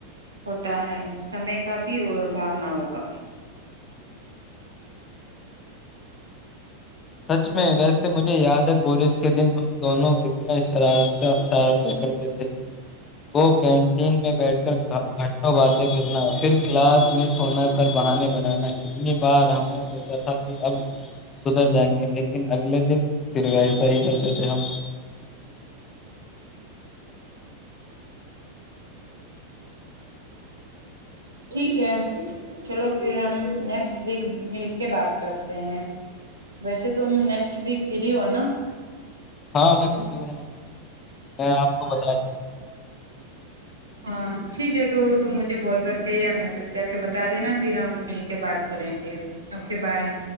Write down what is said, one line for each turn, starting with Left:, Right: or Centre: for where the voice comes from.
Right: ہوتا ہے سمے کا بھی اور بھاوناؤں کا بھی
Left: سچ میں ویسے مجھے یاد ہے کالج کے دن ہم دونوں کتنے شرار شرارتیں کرتے تھے وہ کین تین میں بیٹھ کر گھنٹوں باتیں کرنا پھر کلاس مس ہونا کر بہانے پر بنانا کتنی بار ہم نے سوچا تھا کہ اب س اھر جائیں گے لیکن اگلے دن پھر وہ ایسا ہی کرتے تھے ہم
Right: ٹھیک ہے چلو پھر ہم نیکسٹ ویک مل کے بات کرتے ہیں ویسے تم نیکسٹ ویک فری ہو نا
Left: ہاں میں پھرری ہوں میں آپ کو بتا
Right: ہاں ٹھیک ہے تو تم مجھے کال کر کے یا میسج کر کے بتا دینا پھر ہم مل کے بات کریں گے اوکے بائے